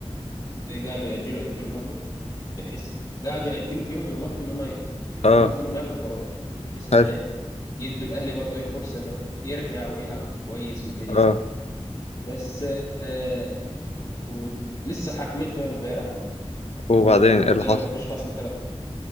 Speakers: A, on the left (about 45°); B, on the left (about 75°).
A: قعدوا يأجلوا يأجلوا يمطلوا بحيث قعدوا يأجلوا فيهم ويمطلوا ان هم يمطلوا
B: اه
A: ان هم ياخدوا قرار بحيث ان
B: حلو
A: ايه يدوا الاهلي برضه ايه فرصه ان هو يرجع ويلعب كويس والدنيا
B: اه
A: دي بس آه ولسه حاكمين فيها امبارح اهو
B: وبعدين
A: وقالوا
B: ايه اللي حصل
A: ما فيش خصم ثلاث